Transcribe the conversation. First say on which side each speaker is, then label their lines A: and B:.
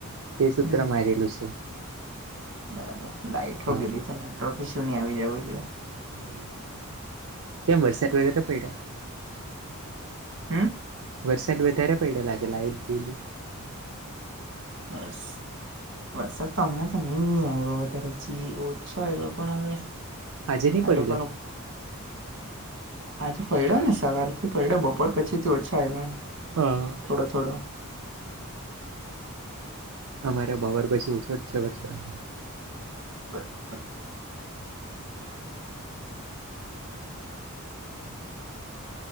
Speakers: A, on the right (about 70°); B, on the right (about 55°).
A: તે સૂત્ર
B: હમ,
A: મારેલું છે
B: બરાબર લાઈટ હો
A: હા
B: ગેલી છે ને તો કે શું ની આવી જાવું.
A: એવું. કેમ વરસાદ <unintelligible> નતો પયડો?
B: હું.
A: વરસાદ વધારે પડયો લાગે લાઈટ ગેલી.
B: હાસ. વરસાદ તો હમણાં તો ની આયવો વધારે જી ઓછો આયવો પણ હવે
A: આજે નહી
B: આ
A: પડેલો
B: લોકો નુ. આજે પડ્યો ને સવાર થી પડ્યો બપોર પછી થી ઓછા આવ્યો.
A: હા
B: થોડો થોડો
A: અમારે બપોર પછી ઓછો જ છે વરસાદ.
B: બરાબર